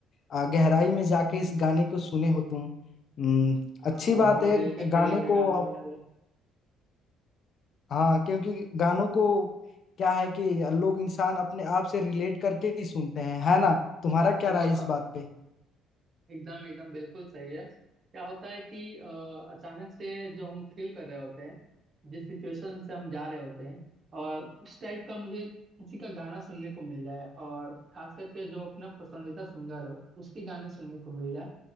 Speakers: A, on the left; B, on the right.
A: आ, गहराई में जाके इस गाने को सुने हो तुम हम्म, अच्छी
B: हाँ हाँ
A: बात
B: बहुत
A: है
B: दिल के करीब
A: गाने
B: है
A: को
B: गाने
A: आप
B: यार ये।
A: हाँ क्योंकि गानों को क्या है कि लोग इंसान अपने आप से रिलेट करके ही सुनते हैं है ना तुम्हारा क्या
B: हाँ
A: राय इस
B: हाँ
A: बात पे
B: एकदम एकदम बिल्कुल सही है क्या होता है कि अ, अचानक से जो हम फील कर रहे होते हैं जिस सिचुएशन से हम जा रहे होते हैं और उस टाइप का मुझे किसी का गाना सुनने को मिल जाए और खास करके जो अपना पसंदीदा सिंगर हो उसके गाने सुनने को मिल जाए